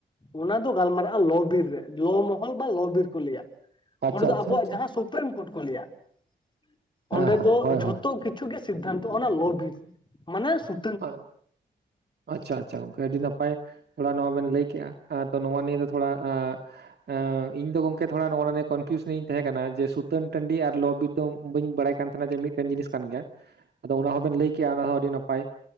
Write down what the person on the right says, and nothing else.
ᱟᱪᱪᱷᱟ
ᱟᱪᱪᱷᱟ
ᱟᱪᱪᱷᱟ
ᱦᱮᱸ
ᱦᱮᱸ
ᱦᱳᱭ
ᱦᱳᱭ
ᱚ ᱾ <inaudible> ᱟᱪᱪᱷᱟ ᱟᱪᱪᱷᱟ ᱜᱚᱝᱠᱮ ᱟᱹᱰᱤ ᱱᱟᱯᱟᱭ, ᱛᱷᱚᱲᱟ ᱱᱚᱣᱟ ᱵᱮᱱ ᱞᱟᱹᱭ ᱠᱮᱜ-ᱟ᱾ ᱛᱚ ᱱᱚᱶᱟ ᱱᱤᱭᱟᱹ ᱫᱚ ᱛᱷᱚᱲᱟ ᱮᱸ ᱮᱸ ᱤᱧ ᱫᱚ ᱜᱚᱢ ᱠᱮ ᱛᱷᱚᱲᱟ ᱱᱚᱜ-ᱚᱱᱟ ᱱᱤᱭᱟ ᱠᱚᱱᱯᱷᱤᱭᱩᱥ ᱧᱚᱜ ᱤᱧ ᱛᱟᱦᱮᱸ ᱠᱟᱱᱟ, ᱡᱮ ᱥᱩᱛᱟᱹᱱ ᱴᱟᱺᱰᱤ ᱟᱨ ᱞᱚ ᱵᱤᱨ ᱫᱚ ᱵᱟᱹᱧ ᱵᱟᱲᱟᱭ ᱠᱟᱱ ᱛᱟᱦᱮᱱᱟ ᱡᱮ, ᱢᱤᱫ ᱴᱮᱱ ᱡᱤᱱᱤᱥ ᱠᱟᱱ ᱜᱮᱭᱟ ᱾ <inaudible> ᱟᱫᱚ ᱚᱱᱟ ᱦᱚᱸ ᱵᱮᱱ ᱞᱟᱹᱭ ᱠᱮᱜ-ᱟ ᱚᱱᱟ ᱦᱚᱸ ᱟᱹᱰᱤ ᱱᱟ ᱯᱟᱭ,